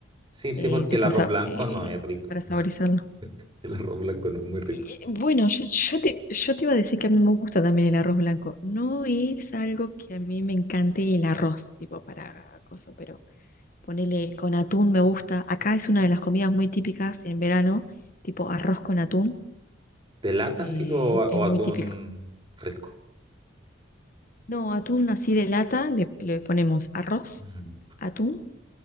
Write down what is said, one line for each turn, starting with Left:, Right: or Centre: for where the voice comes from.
Right: Sí, sí,
Left: Eh,
Right: porque
Left: tipo
Right: el arroz
Left: sa-
Right: blanco
Left: eh,
Right: no es rico.
Left: para saborizarlo.
Right: <laughs> El arroz blanco no es muy rico.
Left: Eh, Bueno, yo, yo te, yo te iba a decir que a mí me gusta también el arroz blanco. No es algo que a mí me encante el arroz, tipo para cosas, pero ponele con atún me gusta. Acá es una de las comidas muy típicas en verano, tipo arroz con atún,
Right: ¿De lata
Left: eh,
Right: sí o,
Left: es
Right: o
Left: muy
Right: atún
Left: típico.
Right: fresco?
Left: No, atún así de lata, le, le ponemos arroz,
Right: Mm.
Left: atún,